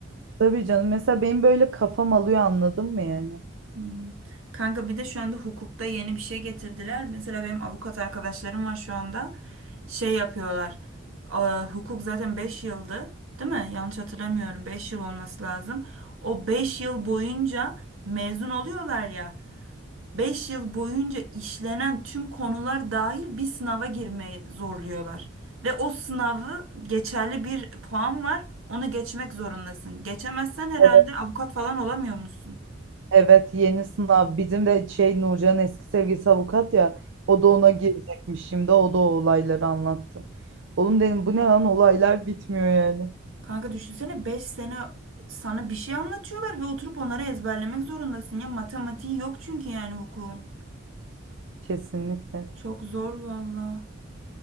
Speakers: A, on the right; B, on the right.
A: Tabii canım mesela benim böyle kafam alıyor anladın mı yani?
B: Hmm. Kanka bir de şu anda hukukta yeni bir şey getirdiler. Mesela benim avukat arkadaşlarım var şu anda. Şey yapıyorlar. Aa, hukuk zaten beş yıldı, değil mi? Yanlış hatırlamıyorum. 5 yıl olması lazım. O 5 yıl boyunca mezun oluyorlar ya. beş yıl boyunca işlenen tüm konular dahil bir sınava girmeyi zorluyorlar. Ve o sınavı geçerli bir puan var. Onu geçmek zorundasın. Geçemezsen herhalde
A: Evet,
B: avukat falan olamıyor musun?
A: evet yeni sınav. Bizim de şey Nurcan'ın eski sevgilisi avukat ya. O da ona girecekmiş şimdi. O da o olayları anlattı. Oğlum dedim bu ne lan olaylar bitmiyor yani.
B: Kanka düşünsene 5 sene sana bir şey anlatıyorlar ve oturup onları ezberlemek zorundasın ya. Matematiği yok çünkü yani hukukun.
A: Kesinlikle.
B: Çok zor valla.